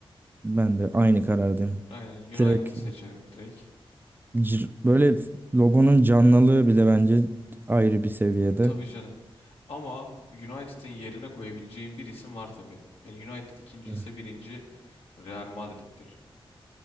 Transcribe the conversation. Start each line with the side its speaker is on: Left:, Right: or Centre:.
Right: Ben de aynı karardayım.
Left: Aynen
Right: Direkt
Left: United'ı seçerim direkt.
Right: cır- böyle logonun canlılığı bile bence ayrı bir seviyede.
Left: Tabii canım. Ama United'ın yerine koyabileceğim bir isim var tabii. Yani United ikinci
Right: Evet,
Left: ise birinci Real Madrid'dir.